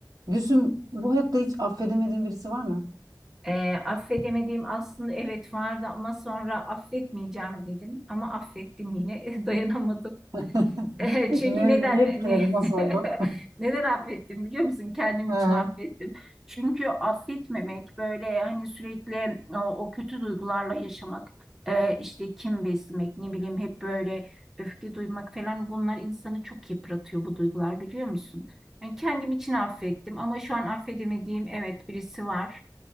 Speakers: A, on the right; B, in the centre.
A: Gülsüm bu hayatta hiç affedemediğin birisi var mı?
B: E, affedemediğim aslında evet vardı ama sonra affetmeyeceğim dedim. Ama affettim yine <laughs> dayanamadım.
A: <laughs>
B: E, çünkü
A: Ne,
B: neden
A: ne etkiledi?
B: ne-
A: Nasıl oldu?
B: <laughs> neden affettim biliyor musun? Kendim
A: <laughs>
B: için
A: Hı hı.
B: affettim. Çünkü affetmemek böyle hani sürekli o, o kötü duygularla yaşamak, e, işte kim beslemek, ne bileyim hep böyle öfke duymak falan bunlar insanı çok yıpratıyor bu duygular biliyor musun? Yani kendim için affettim ama şu an affedemediğim evet birisi var.